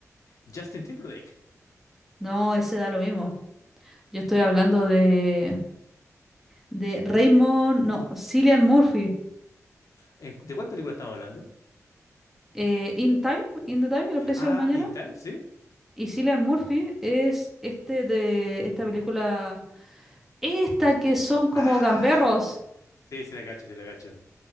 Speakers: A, on the left; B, in the centre.
A: Justin Timberlake.
B: No, ese da lo mismo. Yo estoy hablando de, de Raymond, no, Cillian Murphy.
A: ¿En- ¿De cuál película estamos hablando?
B: eh, In Time, In the Time, El Precio
A: Ah,
B: del Mañana.
A: In Time, sí.
B: Y Cillian Murphy es este de esta película, esta que son como
A: Ah,
B: gamberros,
A: sí, se la cacho, se la cacho.